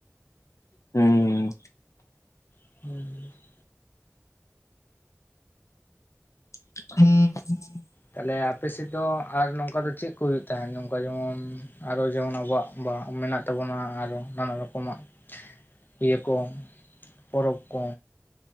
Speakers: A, on the left; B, on the left.
A: ᱦᱩᱸ ᱦᱩᱸ
B: <unintelligible>
A: <unintelligible>
B: ᱛᱟᱦᱟᱞᱮ ᱟᱯᱮ ᱥᱮᱫ ᱫᱚ ᱟᱨ ᱱᱚᱝᱠᱟ ᱫᱚ ᱪᱮᱫ ᱠᱚ ᱦᱩᱭᱩᱜ ᱛᱟᱦᱮᱸᱫ ᱱᱚ ᱠᱟ ᱡᱮᱢᱚᱱ ᱟᱨᱚ ᱡᱮᱢᱚᱱ ᱟᱵᱚᱣᱟᱜ ᱵᱟᱦ ᱢᱮᱱᱟᱜ ᱛᱟᱵᱚᱱᱟ ᱟᱨᱚ ᱱᱟᱱᱟ ᱨᱚᱠᱚᱢᱟᱜ ᱤᱭᱟᱹ ᱠᱚ, ᱯᱚᱨᱚᱵᱽ ᱠᱚ?